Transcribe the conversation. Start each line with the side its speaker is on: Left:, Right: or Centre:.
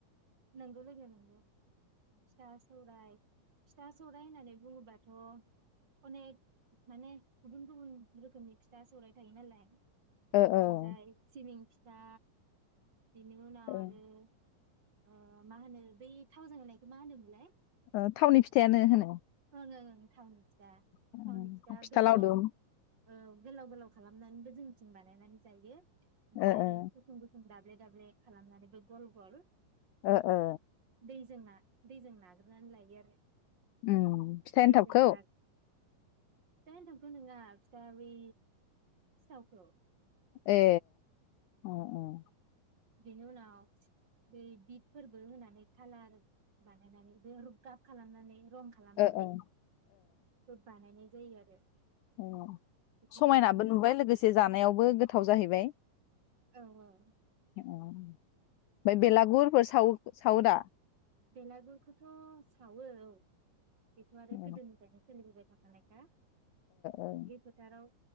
Right: नोंगौ लोगो नोंगौ फिथा- सौराय फिथा-सौराय होननानै बुङोबाथ' अनेख माने गुबुन गुबुन रोखोमनि फिथा-सौराय थायो नालाय
Left: ओ
Right: थिंजाय सिबिं फि जा बिनि उनाव
Left: ओ
Right: आरो ओ मा होनो बै थावजों एवनायखौ मा होनोमोनलाय?
Left: ओ थावनि फिथायानो होनो
Right: होनो ओं नोंथां फिथा
Left: ओ,
Right: थावनि फिथा गोलाव
Left: लावदुम
Right: औ गोलाव गोलाव खालामनानैबो जोंनिथिं बानायनानै जायो ओमफाय
Left: ओ
Right: आरो
Left: ओ
Right: गुसुं गुसुं दा ब्ले दाब्ले खालामनानैबो गल गल
Left: ओ ओ
Right: दैजो ना दैजों नाग्रोनानै लायो आरो ओमफ्राय
Left: ओम फिथा एनथाबखौ
Right: दैजों ना फिथा एन्थाबखो नोङा फिथा बै सिथावखौ
Left: ए उम उम
Right: बेनि उनाव बै बिदफोरबो होनानै कालार बानायनानै बो रुब गाब खालामनानै रं खालामनानै
Left: ओ ओ
Right: बो बानायनाय जायो आरो
Left: ए
Right: बिथिंजाय
Left: समायनाबो
Right: आरो
Left: नुबाय लोगोसे जानायावबो गोथाव जाहैबाय
Right: औ औ
Left: ओम ओमफ्राय बेलागुरफोर साव सावोदा
Right: बेलागुरखौथ' सावो औ बेथ' आरो
Left: ओ
Right: गोदोनिफ्रायनो सोलिबो थाखानायखा
Left: ओ
Right: दुब्लि फोथाराव